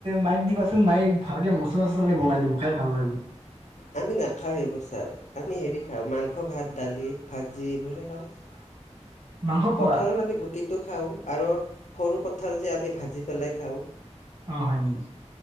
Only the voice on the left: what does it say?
আমি নাখাওঁ সেইবোৰ ছাৰ। আমি হেৰি খাওঁ মাংস, ভাত, দালি, ভাজি এইবোৰহে খাওঁ।
কঁঠালত আমি গুটিটো খাওঁ আৰু সৰু কঠাল যে আমি ভাজি পেলাই খাওঁ।